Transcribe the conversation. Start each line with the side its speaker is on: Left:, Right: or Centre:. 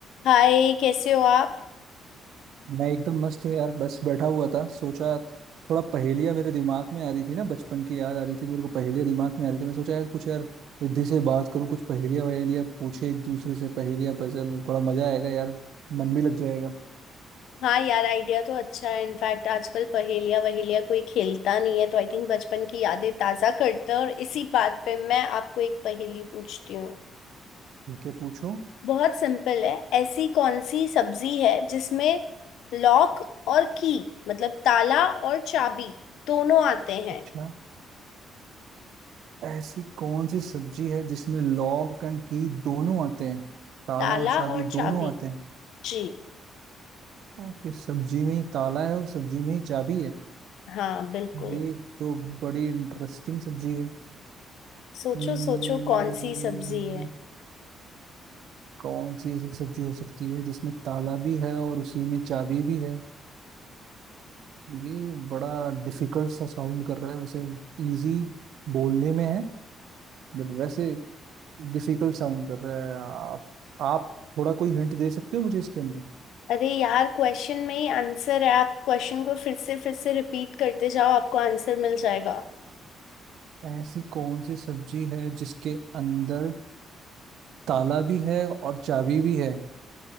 Left: हाय कैसे हो आप
Right: मैं एकदम मस्त हूँ यार बस बैठा हुआ था सोचा थोड़ा पहेलियाँ मेरे दिमाग में आ रही थी ना बचपन की याद आ रही थी तो मेरे को पहेलियाँ दिमाग में आ रही थी मैं सोचा यार कुछ यार रिद्धि से बात करूँ कुछ पहेलियाँ वहेलियाँ पूछे एक दूसरे से पहेलियाँ पजल थोड़ा मजा आएगा यार मन भी लग जाएगा
Left: हाँ यार आइडिया तो अच्छा है इनफैक्ट आजकल पहेलिया वहेलिया कोई खेलता नहीं है तो आई थिंक बचपन की यादें ताजा करते हैं और इसी बात पे मैं आपको एक पहेली पूछती हूँ
Right: ठीक है पूछो
Left: बहुत सिंपल है ऐसी कौन सी सब्जी है जिसमें लॉक और की मतलब ताला और चाबी दोनों आते हैं
Right: अच्छा ऐसी कौन सी सब्जी है जिसमें लॉक एंड की दोनों आते हैं ताला
Left: ताला
Right: और चाबी
Left: और चाबी
Right: दोनों आते हैं
Left: जी
Right: ओके सब्जी में ही ताला है और सब्जी में ही चाबी है
Left: हाँ बिल्कुल
Right: ये तो बड़ी इंटरेस्टिंग सब्जी है
Left: सोचो
Right: हम्म,
Left: सोचो कौन सी सब्जी है
Right: कौन सी ऐसी सब्जी हो सकती है जिसमें ताला भी है और उसी में चाबी भी है ये बड़ा डिफिकल्ट सा साउंड कर रहा है वैसे इजी बोलने में है बट वैसे डिफिकल्ट साउंड कर रहा है आप आप थोड़ा कोई हिंट दे सकते हो मुझे इसके अंदर
Left: अरे यार क्वेश्चन में ही आंसर है आप क्वेश्चन को फिर से फिर से रिपीट करते जाओ आपको आंसर मिल जाएगा
Right: ऐसी कौन सी सब्जी है जिसके अंदर ताला भी है और चाबी भी है